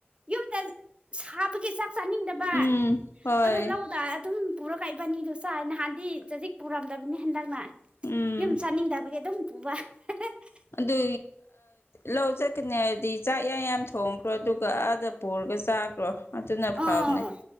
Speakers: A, on the right; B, on the left.
A: ꯌꯨꯝꯗ ꯁꯥꯕꯒꯤ ꯆꯥꯛ ꯆꯥꯅꯤꯡꯗꯕ
B: ꯎꯝ ꯍꯣꯏ
A: ꯑꯗꯣ ꯂꯧꯗ ꯑꯗꯨꯝ ꯄꯨꯔ ꯀꯛꯏꯕꯅꯤꯗꯣ ꯆꯥꯏ ꯅꯍꯥꯟꯗꯤ ꯆꯖꯤꯛ ꯄꯨꯔꯝꯗꯕꯅꯤ ꯍꯟꯗꯛꯅ
B: ꯎꯝ
A: ꯌꯨꯝ ꯆꯥꯅꯤꯡꯗꯕꯒꯤ ꯑꯗꯨꯝ <unintelligible>
B: ꯑꯗꯨ ꯂꯧ ꯆꯠꯀꯅꯤ ꯍꯥꯏꯗꯤ ꯆꯥꯛ ꯌꯥꯝ ꯌꯥꯝ ꯊꯣꯡꯈ꯭ꯔꯣ ꯑꯗꯨꯒ ꯑꯥꯗ ꯄꯨꯔ ꯆꯥꯈ꯭ꯔꯣ ꯑꯗꯨꯅ ꯐꯕꯅꯦ
A: ꯑꯣ